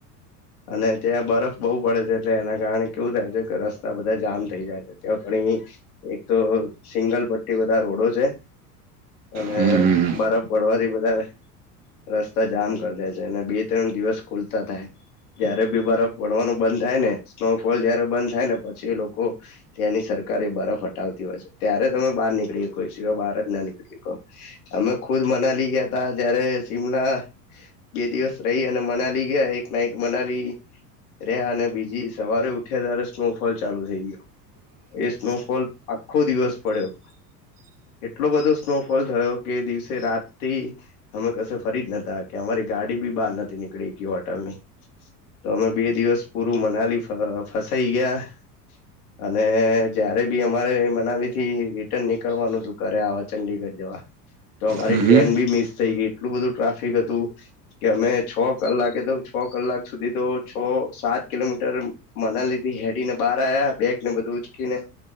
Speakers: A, on the left (about 65°); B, on the right (about 40°).
A: અને ત્યાં બરફ બહુ પડે છે એટલે એના કારણે કેવું થાય છે કે રસ્તા બધા જામ થઈ જાય છે. ત્યાં પણી એક તો સિંગલ પટ્ટી બધા રોડો છે. અને
B: એમ હમ
A: બરફ પડવાથી બધાં રસ્તા જામ કર દે છે. અને બે ત્રણ દિવસ ખુલતા થાય. જયારે બી બરફ પડવાનું બંધ થાય ને, સ્નોફોલ જયારે બંધ થાય ને પછી લોકો ત્યાંની સરકાર એ બરફ હટાવતી હોય છે. ત્યારે તમે બહાર નીકળી હકો એ સિવાય બાર જ ના નિકળી હકો. અમે ખુદ મનાલી ગયાતા જયારે શિમલા બે દિવસ રહી અને મનાલી ગયા એક નાઈટ મનાલી રયા અને બીજી સવારે ઉઠ્યા ત્યારે સ્નોફોલ ચાલુ થઈ ગયો. એ સ્નોફોલ આખો દિવસ પડ્યો. એટલો બધો સ્નોફોલ થયો કે એ દિવસે રાતથી અમે કસે ફરી જ નતા હકયા. અમારી ગાડી બી બહાર નથી નીકળી હકી હોટલની. તો અમે બે દિવસ પૂરું મનાલી ફ ફસાઈ ગયા. અને જયારે બી અમારે મનાલીથી રિટર્ન નીકળવાનું હતું ઘરે આવા ચંડીગઢ જવા. તો અમારી
B: હમ હમ
A: ટ્રેન
B: હમ
A: બી મિસ થઈ ગઈ. એટલું બધું ટ્રાફિક હતું. કે અમે છ કલાકે તો છ કલાક સુધી તો છ સાત કિલોમીટર એમ મનાલીથી હેડી ને બહાર આયા બેગને બધું ઉચકીને.